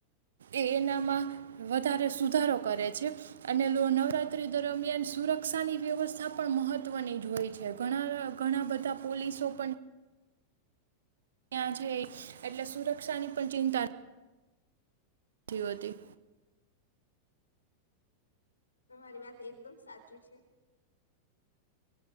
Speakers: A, on the right; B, on the left.
A: એ એનામાં વધારે સુધારો કરે છે અને નવરાત્રિ દરમિયાન સુરક્ષાની વ્યવસ્થા પણ મહત્ત્વની જ હોય છે ઘણા ઘણા બધા પોલીસો પણ ત્યાં છે એટલે સુરક્ષાની પણ ચિંતા નથી નથી હોતી
B: તમારી વાત એકદમ સાચી છે